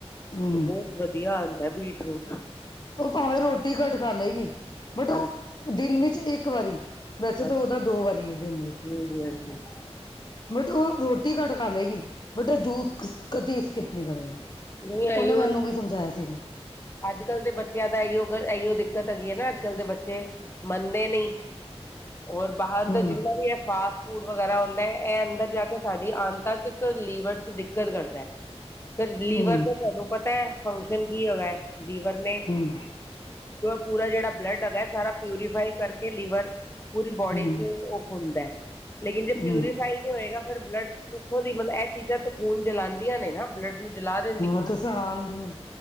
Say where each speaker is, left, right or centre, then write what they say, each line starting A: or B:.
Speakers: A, on the left; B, on the left.
A: ਹੂੰ
B: ਤੇ ਬਹੁਤ ਵਧੀਆ ਆਂਦੈ ਬੀਟ ਰੂਟ
A: ਉਹ ਭਾਵੇਂ ਰੋਟੀ ਘੱਟ ਖਾਲੇਗੀ ਬਟ
B: ਹਾਂਜੀ
A: ਉਹ ਦਿਨ ਵਿੱਚ ਇੱਕ ਵਾਰੀ ਵੈਸੇ
B: ਹਾਂਜੀ
A: ਤਾਂ ਉਹਦਾ ਦੋ ਵਾਰੀ ਹੈ ਦਿਨ ਵਿੱਚ
B: ਹਾਂਜੀ ਹਾਂਜੀ <unintelligible>
A: ਬਟ ਉਹ ਰੋਟੀ ਘੱਟ ਖਾਲੇਗੀ ਬਟ ਇਹ ਜੂਸ ਕਦੀ ਸਕਿਪ ਨਹੀਂ ਕਰੇਗੀ
B: ਨਹੀਂ ਇਹੀਓ
A: ਉਹਨੇ ਮੈਨੂੰ ਵੀ ਸਮਝਾਇਆ ਸੀਗਾ
B: ਅੱਜ ਕੱਲ੍ਹ ਦੇ ਬੱਚਿਆਂ ਦਾ ਇਓ ਇਓ ਦਿੱਕਤ ਹੈਗੀ ਹੈ ਨਾ ਅੱਜ ਕੱਲ ਦੇ ਬੱਚੇ ਮੰਨਦੇ ਨਹੀਂ ਹੋਰ ਬਾਹਰ ਦਾ
A: ਹਮ
B: ਜਿੰਨਾ ਵੀ ਹੈ ਫਾਸ ਫੂਡ ਵਗੈਰਾ ਆਉਂਦਾ ਹੈ ਇਹ ਅੰਦਰ ਜਾ ਕੇ ਸਾਡੀ ਅੰਤਾਂ 'ਚ ਤੇ ਲੀਵਰ 'ਚ ਦਿੱਕਤ ਕਰਦਾ। ਫਿਰ ਲੀਵਰ
A: ਹਮ
B: ਦਾ ਤੁਹਾਨੂੰ ਪਤਾ ਹੈ ਫੰਕਸ਼ਨ ਕੀ ਹੋਗਾ ਲੀਵਰ ਨੇ
A: ਹਮ
B: ਪੂਰਾ ਜਿਹੜਾ ਬਲੱਡ ਹੈਗਾ ਸਾਰਾ ਪਿਊਰੀਫਾਈ ਕਰਕੇ ਲੀਵਰ ਪੂਰੀ ਬੋਡੀ
A: ਹਮ
B: 'ਚ ਉਹ ਹੁੰਦਾ ਲੇਕਿਨ ਜੇ
A: ਹਮ
B: ਪਿਊਰੀਫਾਈ ਹੋਏਗਾ ਫ਼ਿਰ ਬਲੱਡ ਇੱਥੋਂ ਦੀ ਮਤਲਬ ਇਹ ਚੀਜ਼ਾਂ ਤੇ ਖੂਨ ਜਲਾਂਦੀਆਂ ਨੇ ਨਾ। ਬਲੱਡ ਨੂੰ ਜਲਾ ਦੇ
A: ਹ ਤੇ ਸੁਣਾਣਦੀਆ